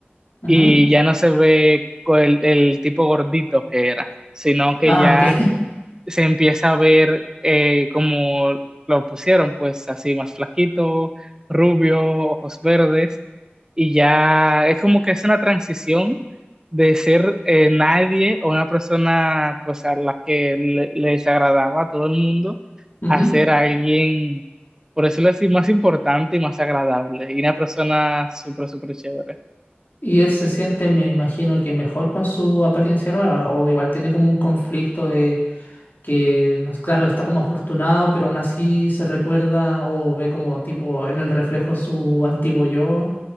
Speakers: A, on the left; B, on the right.
A: Ujú.
B: y ya no se ve co- el, el tipo gordito que era, sino que
A: Ah,
B: ya
A: ok. <laughs>
B: se empieza a ver eh, como lo pusieron, pues así más flaquito, rubio, ojos verdes, y ya es como que es una transición de ser eh, nadie o una persona pues a la que le- les agradaba a todo el mundo
A: Ujú.
B: a ser alguien, por decirlo así, más importante y más agradable, y una persona súper, súper chévere.
A: Y él se siente, me imagino que mejor con su apariencia nueva, o igual tiene como un conflicto de... que, no es- claro, está como afortunado, pero aún así se recuerda o ve como tipo en el reflejo su antiguo yo,